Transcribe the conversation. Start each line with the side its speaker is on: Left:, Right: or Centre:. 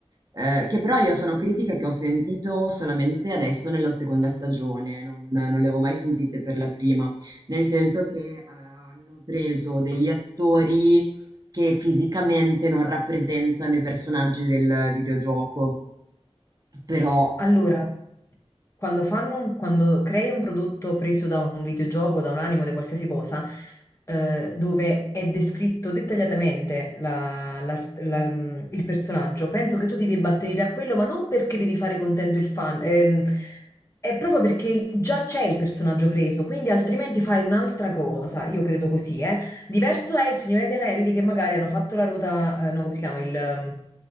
Right: eh, che però io sono critiche che ho sentito solamente adesso nella seconda stagione, non, non le avevo mai sentite per la prima nel senso che eh, hanno preso degli attori che fisicamente non rappresentano i personaggi del videogioco, però
Left: Allora, quando fanno un- quando crei un prodotto preso da un videogioco, da un anime, da qualsiasi cosa, eh, dove è descritto dettagliatamente la- la- la- mm, il personaggio, penso che tu ti debba attenere a quello, ma non perché devi fare contento il fan, ehm, è proprio perché già c'è il personaggio preso, quindi altrimenti fai un'altra cosa, io credo così, eh. Diverso è il Signore degli Anelli che magari hanno fatto la ruota, eh, no, come si chiama, il, ehm,